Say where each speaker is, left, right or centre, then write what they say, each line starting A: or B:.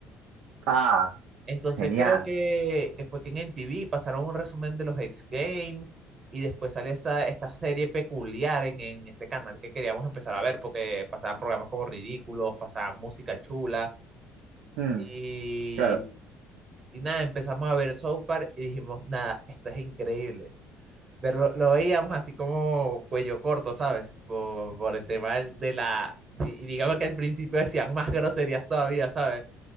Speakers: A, on the right; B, on the right.
A: Ah,
B: Entonces
A: genial.
B: creo que, que fue que en MTV pasaron un resumen de los X Games y después salió esta, esta serie peculiar en, en este canal que queríamos empezar a ver porque pasaban programas como ridículos, pasaban música chula
A: Mm,
B: y,
A: Claro.
B: y nada, empezamos a ver South Park y dijimos, nada, esto es increíble. pero lo, lo veíamos así como cuello corto, ¿sabes? Por, por el tema del- de la... Y digamos que al principio decían más groserías todavía, ¿sabes?